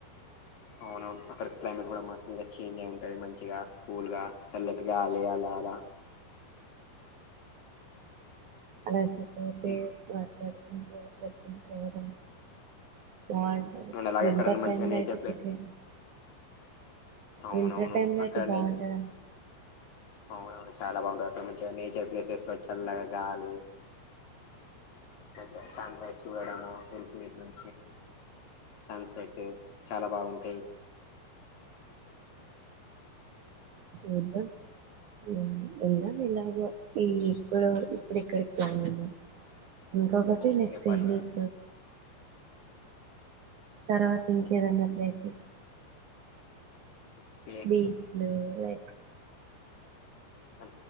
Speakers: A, on the left; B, on the right.
A: అవునవును అక్కడ క్లైమేట్ కూడా మస్తు చేంజ్ అయి ఉంటది మంచిగా కూల్ గా చల్లటి గాలి అల్లా అల్లా
B: అలసిపోతే
A: ఉమ్,
B: <unintelligible> ట్రక్కింగ్ చేయడం బావుంటది
A: ఉమ్. అండ్ అలాగే
B: వింటర్
A: అక్కడ మంచిగా
B: టైమ్ లో
A: నేచర్
B: అయితే
A: ప్లేస్
B: ట్రెక్కింగ్
A: అవునవును
B: వింటర్ టైమ్ లో
A: అక్కడ
B: అయితే బావుంటది
A: నేచర్ అవునవును చాలా బాగుంటంది అక్కడ మంచి గా నేచర్ ప్లేసెస్ లో చల్లగా గాలి మంచిగా సన్ రైస్ చూడము సన్ సెట్ చాల బాగుంటది
B: చూద్దం హమ్ వెల్దామ్ ఎలాగో ఈ ఇప్పుడ ఇప్పుడిక్కడి కి ప్లాన్ చే ఇంకొకటి
A: ఓకే
B: నెక్స్ట్
A: ఫస్ట్
B: ఇయర్ తర్వాత ఇంకేదన్నా ప్లేసెస్
A: ఓకే
B: బీచ్లు లైక్
A: అ